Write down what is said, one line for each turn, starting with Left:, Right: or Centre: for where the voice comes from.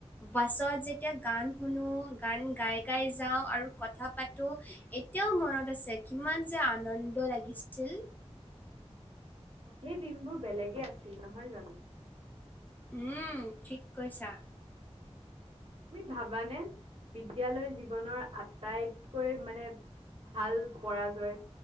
Left: বাছত যেতিয়া গান শুনো, গান গাই, গাই যাওঁ আৰু কথা পাতো এতিয়াও মনত আছে কিমান যে আনন্দ লাগিছিল।
Right: সেই দিনবোৰ বেলেগে আছিল। নহয় জানো?
Left: উম ঠিক কৈছা।
Right: তুমি ভাবানে? বিদ্যালয় জীৱনৰ আটাইতকৈ মানে ভাল পৰাজয়